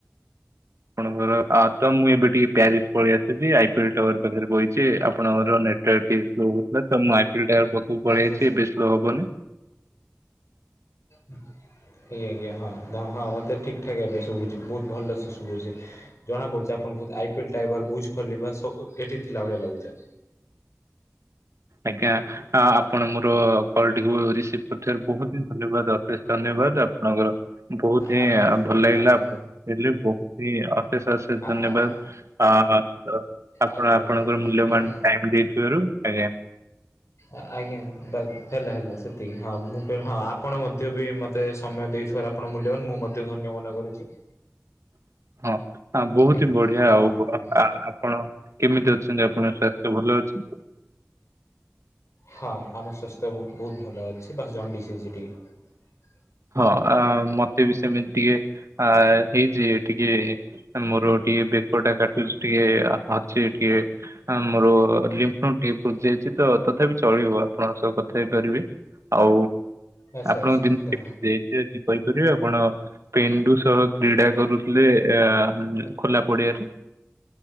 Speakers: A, on the right; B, on the left.
A: ଆପଣଙ୍କର ଆ ତ ମୁଁ ଏବେ ଟିକେ ପ୍ୟାରିସ ପଳେଇ ଆସସିଛି ଆଇ ପିଏଲ ଟାୱାର ପାଖରେ ଵଇଛି ଆପଣଙ୍କର ନେତୁଆର୍କ ଇଶୁ ହଉଥିଲା ତ ମୁଁ ଆଇପିଟାଉର ପାଖକୁ ପଳେଇଆଇଛି
B: ଆଜ୍ଞା
A: ଏବେ ସ୍ଲୋହେବ ହବନି।
B: ହ ଆଜ୍ଞା ଆଜ୍ଞା ହଁ ହଁ ହଁ ମୋତେ ଠିକ୍ ଠାକ୍ ଏବେ ଶୁଭୁଚି ବହୁତ ଭଲସେ ଶୁଭୁଚି ଜଣାପଡୁଛି ଆ ବହୁ ଆଇପିଲ ଟା ବୁ ଖ ଏଠି ଥିଲା ଭଳିଆ ଲାଗୁଚ।
A: ଆଜ୍ଞା ଆ ଆପଣ ମୋର କଲଟିକୁ
B: ହୁଁ
A: ରିସିଭ କରଥିବ ବହୁତ ଧନ୍ୟବାଦ ଅଶେଷ ଧନ୍ୟବାଦ ଆପଣଙ୍କର ବହୁତ ହିଁ
B: ଆ
A: ଭଲ ଲାଗିଲା
B: ଆଜ୍ଞା
A: ଆପଣ ହେଲେ ବହୁତ ଇ ଅଶେଷ ଅଶେଷ
B: ଆ
A: ଧନ୍ୟବାଦ
B: ଆ ଆ
A: ଆ ତ ଆପଣ
B: ଆଜ୍ଞା
A: ଆପଣଙ୍କର
B: ଆଜ୍ଞା
A: ମୂଲ୍ୟବାନ
B: ହେଲା
A: ଟାଇମ ଦେଇଥିବାରୁ ଆଜ୍ଞା।
B: ଆ-ଆଜ୍ଞା ବ ହେଲା ହେଲା ସେତିକି ହଁ ମୁଁ କହିଲି ହଁ ଆପଣ ମଧ୍ୟ ବି ମତେ ସମୟ ଦେଇ ଥିବାରୁ ଆପଣଙ୍କ ମୂଲ୍ୟବାନ ମୁଁ ମଧ୍ୟ ଧନ୍ୟ ମନେ କରୁଛି।
A: ହ ହଁ ବହୁତ
B: ଆଜ୍ଞା
A: ହି ବଢିଆ
B: ହଁ
A: ଆଉ ବ ଆ-ଆପଣ କେମିତି ଅଛନ୍ତି ଆପଣଙ୍କ ସ୍ୱାସ୍ଥ୍ୟ ଭଲ ଅଛି?
B: ହଁ ଆମ ସ୍ୱାସ୍ଥ୍ୟ ବହୁତ୍ ବହୁତ ଭଲ ଅଛି ବାସ ଜଣ୍ଡିସ ହେଇଚି ଟିକେ।
A: ହଁ ଆ ମତେ ବି ସେମିତି ଟିକେ ଆ ହେଇଛି ଟିକେ। ମୋର ଟିକେ ବେକ ଟା କାଟୁଛି ଟିକେ ଅଛି ଟିକେ ଆଁ ମୋର ଲିମ୍ପ ତଣ୍ଟି ଫୁଲିଯାଇଛି ତ ତଥାପି ଚଳିବ ଆପଣଙ୍କ ସହ କଥା ହେଇପାରିବି। ଆଉ
B: ଆଚ୍ଛା
A: ଆପଣଙ୍କ
B: ଆଚ୍ଛା
A: ଦି କେମିତି ଯାଇଚି ଆଜି କହିପାରିବେ ଆପଣ ପେଣ୍ଡୁ ସହ କ୍ରୀଡ଼ା କରୁଥିଲେ ଆ ଖୋଲା ପଡିଆରେ।